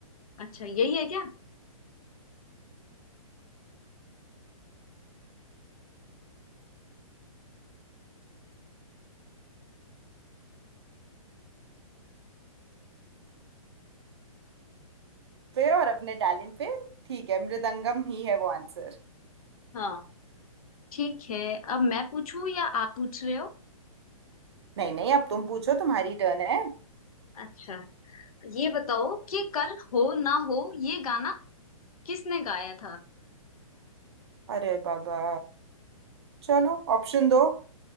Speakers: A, on the left; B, on the right.
A: अच्छा यही है क्या
B: पे और अपने टैलेंट पे ठीक है मृदंगम ही है वो आंसर
A: हाँ ठीक है अब मैं पूछूं या आप पूछ रहे हो
B: नहीं नहीं अब तुम पूछो तुम्हारी टर्न है
A: अच्छा ये बताओ कि कल हो ना हो ये गाना किसने गाया था
B: अरे बाबा चलो ऑप्शन दो